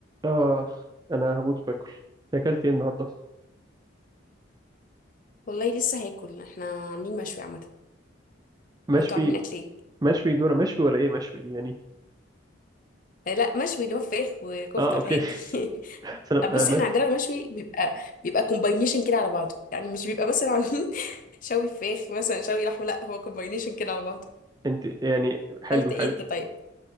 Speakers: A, on the right (about 20°); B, on the left (about 40°).
A: آه أنا هموت وآكل أكلت إيه النهاردة؟
B: والله لسه هاكل احنا عاملين مشوي عامه
A: مشوي
B: وانتوا عاملين اكل ايه
A: مشوي دورة مشوي ولا إيه مشوي دي يعني؟
B: آه، لا مشوي اللي هو فراخ وكفته
A: آه أوكي
B: والحاجات دي
A: <laughs> بس أنا
B: <laughs>
A: أنا
B: بس
A: مش...
B: احنا عندنا المشوي بيبقى بيبقى كومباينيشن كده على بعضه يعني مش بيبقى مثلا عاملين <laughs> شوي فراخ مثلا شوي لحمه لا هو كومباينيشن كده على بعضه
A: أنت يعني حلو
B: اكلت ايه
A: حلو
B: انت طيب